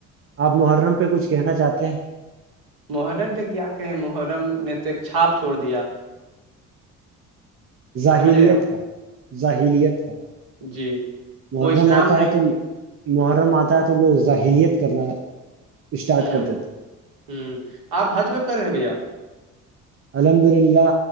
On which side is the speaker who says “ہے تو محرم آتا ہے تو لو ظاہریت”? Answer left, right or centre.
Right